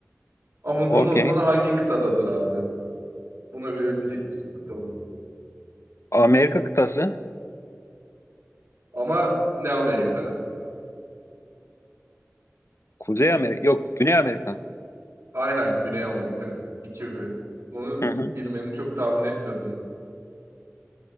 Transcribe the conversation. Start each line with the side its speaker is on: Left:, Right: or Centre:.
Right: Amazon
Left: Okey.
Right: ormanı hangi kıtadadır abi? Bunu bilebilecek misin bakalım.
Left: Amerika kıtası.
Right: Ama ne Amerika?
Left: Kuzey Amerika. Yok, Güney Amerika.
Right: Aynen Güney Amerika. 2 bir. Bunu
Left: Hı hı.
Right: bilmeni çok tahmin etmiyordum.